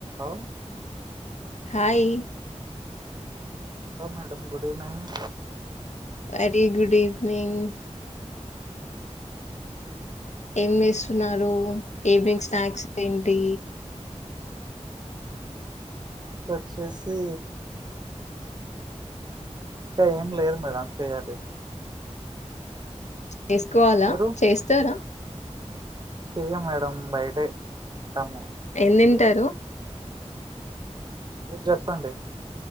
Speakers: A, on the right (about 35°); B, on the left (about 75°).
A: ఆ
B: hi
A: hello madam good evening
B: very good evening ఏం చేస్తున్నారు ఈవినింగ్ స్నాక్స్ ఏంటి
A: స్నాక్స్ వచ్చేసి ఇంకా ఏం లేదు మేడం చేయాలి
B: చేసుకోవాలా
A: మీరు
B: చేస్తారా
A: చెయ్యం మేడం బయటే తింటాము
B: ఏం
A: మీరు
B: తింటారు
A: మీరు చెప్పండి